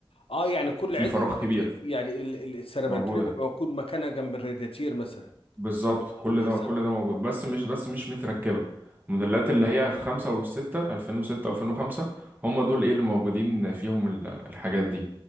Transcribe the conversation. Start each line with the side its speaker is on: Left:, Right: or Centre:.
Left: اه يعني كل
Right: في
Left: عده
Right: فراغ كبير
Left: تكييف يعني ال- ال- السربنتينه
Right: موجودة
Left: بيبقى موجود مكانها جنب الرادياتير مثلا
Right: بالظبط كل
Left: معمول
Right: ده
Left: حسابها
Right: كل ده موجود بس مش بس مش متركبة الموديلات اللي هي الخمسة والستة ألفين وستة وألفين وخمسة هم دول ايه اللي موجودين فيهم ال- الحاجات دي